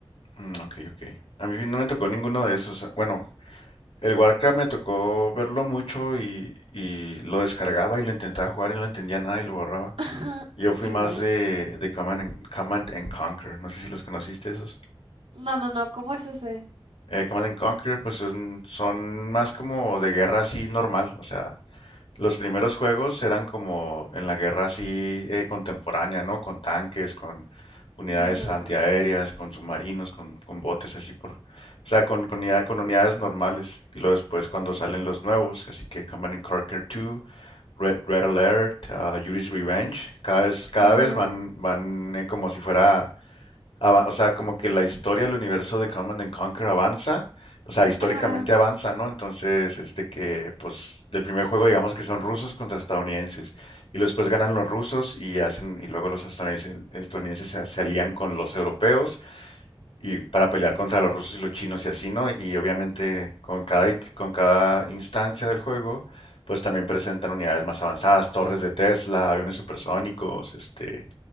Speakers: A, on the left; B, on the right.
A: Mm, ok, ok. A mí no me tocó ninguno de esos. Bueno, el Warcraft me tocó verlo mucho y, y lo descargaba y lo intentaba jugar y no le entendía nada y lo borraba.
B: Ajá,
A: Yo fui
B: Igual.
A: más de, de Command and, Command and Conquer. No sé si los conociste esos.
B: No, no, no, ¿cómo es ese?
A: Eh, Command and Conquer, pues son, son más como de guerra así normal. O sea, Los primeros juegos eran como en la guerra así eh, contemporánea, ¿no? Con tanques, con unidades
B: Ajá,
A: antiaéreas, con submarinos, con, con botes así por... O sea, con, con, unidad- con unidades normales. Y luego después cuando salen los nuevos, así que Command and Conquer 2, Red, Red Alert, ah, Yuri's Revenge, cada vez, cada
B: ajá,
A: vez van, van eh, como si fuera ava- o sea, como que la historia del universo de Command and Conquer avanza, o sea, históricamente
B: ajá,
A: avanza, ¿no? Entonces, este que, pues, del primer juego digamos que son rusos contra estadounidenses, y luego después ganan los rusos y hacen, y luego los estadounidenses, estadounidenses se, se alían con los europeos y para pelear contra los rusos y los chinos y así, ¿no? Y obviamente con cada, it- con cada instancia del juego, pues también presentan unidades más avanzadas, torres de Tesla, aviones supersónicos, este